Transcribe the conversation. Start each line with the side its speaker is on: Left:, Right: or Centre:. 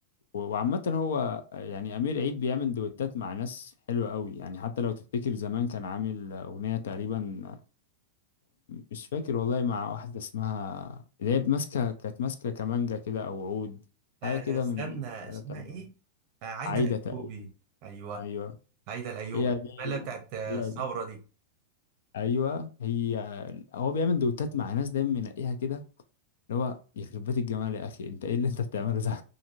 Left: و- وعامة هو آه، يعني أمير عيد بيعمل دويتات مع ناس حلوة قوي يعني حتى لو تفتكر زمان كان عامل أغنية تقريبا مش فاكر والله مع واحدة اسمها اللي هي ماسكة كانت ماسكة كمانجا كده أو عود
Right: <laughs> آه،
Left: حاجة كده
Right: استنى
Left: من
Right: اسمها
Left: الآلة بتاعتها
Right: ايه آه، عايدة
Left: عايدة
Right: الايوبي
Left: تقريبا
Right: ايوه
Left: أيوه
Right: هيدا الايوبي
Left: هي دي
Right: اللي بتاعت آه،
Left: هي
Right: الثوره
Left: دي
Right: دي
Left: أيوه هي هو بيعمل دوتات مع ناس دايما منقيها كده اللي هو يخرب بيت الجمال يا أخي أنت إيه اللي أنت بتعمله ده؟